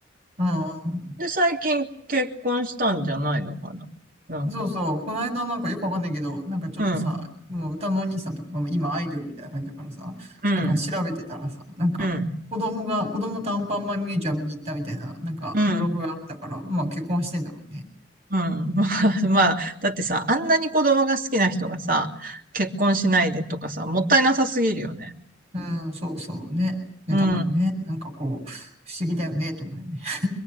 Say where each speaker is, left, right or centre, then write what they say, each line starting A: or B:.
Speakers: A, on the right; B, on the right.
A: うん。
B: で、最近結婚したんじゃないのかな。なんか。
A: そうそう。この間なんかよくわかんないけど、なんかちょっとさ、
B: うん、
A: もう歌のお兄さんとかがもう今アイドルみたいな感じだからさ、
B: うん、
A: なんか調べてたらさ、なんか子供が、
B: うん、
A: 子供とアンパンマンミュージアムに行ったみたいな、なんかブログがあったから、
B: うん、
A: まあ結婚はしてんだろうね。
B: うん。<laughs> まあ、まあだってさ、あんなに子供が好きな人がさ、結婚しないでとかさ、もったいなさすぎるよね。
A: うん、そうそうね。いや、
B: うん。
A: だからね、なんかこう、不思議だよね、と思うよね。<laughs>